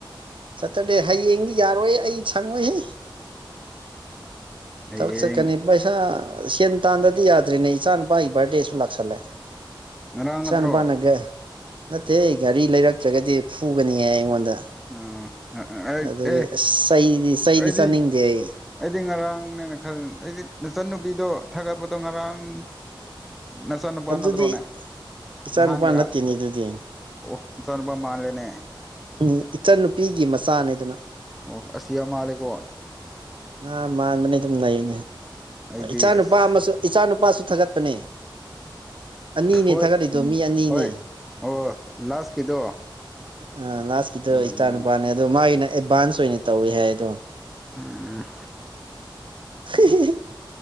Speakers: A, on the right; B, in the centre.
A: ꯁꯠꯇ ꯑꯦ ꯍꯌꯦꯡꯗꯤ ꯌꯥꯔꯣꯏ ꯑꯩ ꯁꯪꯉꯣꯏꯍꯦ
B: ꯍꯌꯦꯡ
A: ꯊꯕꯛ ꯆꯠꯀꯅꯤ ꯄꯩꯁꯥ ꯁꯦꯟ ꯇꯥꯟꯗꯗꯤ ꯌꯥꯗ ꯇ꯭ꯔꯤꯅꯦ ꯏꯆꯥ ꯅꯨꯄꯥꯒꯤ ꯕꯥꯔꯗꯦꯁꯨ ꯂꯥꯛꯁꯜꯂꯦ
B: ꯉꯔꯥꯡ
A: ꯏꯆꯥ
B: ꯅꯠꯇ꯭ꯔꯣ
A: ꯅꯨꯄꯥꯅꯒ ꯅꯠꯇꯦ ꯑꯩ ꯒꯥꯔꯤ ꯂꯩꯔꯛꯇ꯭ꯔꯒꯗꯤ ꯐꯨꯒꯅꯤ ꯍꯥꯏ ꯑꯩꯉꯣꯟꯗ
B: ꯑ ꯑꯦ
A: ꯑꯗꯨꯒꯤ ꯑꯁ ꯆꯩꯗꯤ ꯆꯩꯗꯤ
B: ꯑꯩꯗꯤ
A: ꯆꯥꯅꯤꯡꯗꯦ ꯑꯩ
B: ꯑꯩꯗꯤ ꯉꯔꯥꯡꯅꯦꯅ ꯈꯜꯂꯤ ꯑꯩꯗꯤ ꯅꯆꯟꯅꯨꯄꯤꯗꯣ ꯊꯥꯒꯠꯄꯗꯣ ꯉꯔꯥꯡ ꯅꯆꯥ ꯅꯨꯄꯥꯥ
A: ꯑꯗꯨꯗꯤ
B: ꯅꯠꯇ꯭ꯔꯣꯅꯦ
A: ꯏꯆꯥꯅꯨꯄꯥ
B: ꯅꯍꯥꯟꯒꯦꯔꯥ
A: ꯅꯠꯇꯦꯅꯦ
B: ꯑꯣ
A: ꯑꯗꯨꯗꯤ
B: ꯃꯆꯥ ꯅꯨꯄꯥ ꯃꯥꯥꯟꯂꯅꯦ
A: ꯎꯝ ꯏꯆꯟ ꯅꯨꯄꯤꯒꯤ ꯃꯆꯥꯅꯦꯗꯨꯅ
B: ꯑꯣ ꯑꯁꯂꯝꯂꯀꯝ <inaudible>
A: ꯑ ꯃꯥꯟꯕꯅꯦ ꯑꯗꯨꯝ ꯅꯩꯕꯥꯅꯤ
B: ꯑꯩꯗꯤ
A: ꯏꯆꯥ ꯅꯨꯨꯄꯥ
B: ꯑꯁ
A: ꯑꯃꯁꯨ ꯏꯆꯥ ꯅꯨꯨꯄꯥꯁꯨ ꯊꯥꯒꯠꯄꯅꯦ ꯑꯅꯤꯅꯦ
B: ꯍꯣꯏ
A: ꯊꯥꯒꯠꯂꯤꯗꯣ ꯃꯤ ꯑꯅꯤꯅꯦ
B: ꯍꯣꯏ ꯑꯣ ꯂꯥꯁꯀꯤꯗꯣ
A: ꯑ ꯂꯥꯁꯀꯤꯗꯣ
B: ꯎꯝ
A: ꯏꯇꯥ ꯅꯨꯨꯄꯥꯅꯦ ꯑꯗꯣ ꯃꯥꯒꯤꯅ ꯑꯦꯗꯚꯥꯟꯁ ꯑꯣꯏꯅ ꯇꯧꯋꯦ ꯍꯥꯏ ꯑꯗꯣ
B: ꯎꯝ
A: <unintelligible>